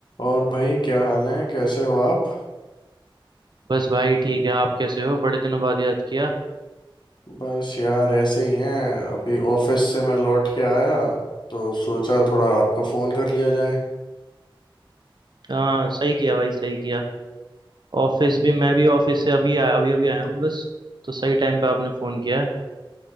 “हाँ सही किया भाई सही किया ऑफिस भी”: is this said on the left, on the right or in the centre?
Right